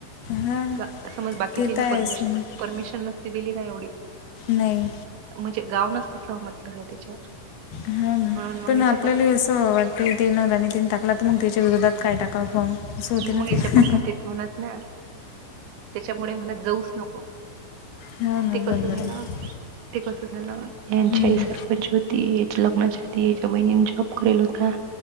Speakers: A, on the left (about 65°); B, on the right (about 70°).
A: हां
B: ग समज बाकीच्या
A: ते
B: ना
A: तर आहेच
B: परमिश
A: म्हणा
B: परमिशन नसती दिली नाही, एवढी
A: नाही
B: म्हणजे गाव नसत सहमत झालं त्याच्यावर.
A: हाव ना.
B: म्हणून मग
A: पण
B: याचे
A: आपल्याला
B: पप्पा
A: असं वाटतं ते न गणीतीन टाकला तर मग त्याच्या विरोधात काही टाका फॉर्म अस होते ना
B: मग याचे
A: ते,
B: पप्पा तेच म्हणत ना त्याच्यामुळे म्हणत जाऊच नको
A: हो ना
B: ते कस
A: बरोबर
B: झालं
A: आहे
B: ते कस झाल यांची
A: हम्म,
B: आई सरपंच होती, याच्या लग्नाच्या आधी याच्या बहिणीने जॉब केेरेल होता.